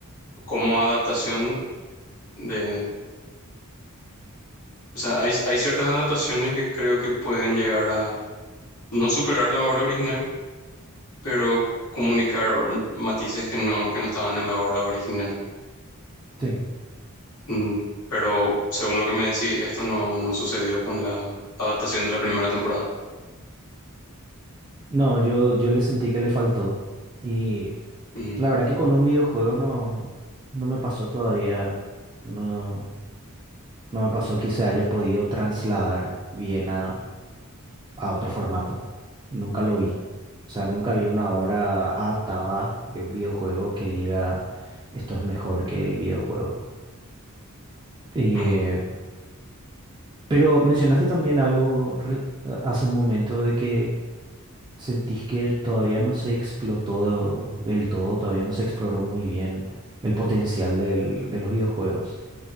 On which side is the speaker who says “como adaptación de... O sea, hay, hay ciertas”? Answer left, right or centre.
Left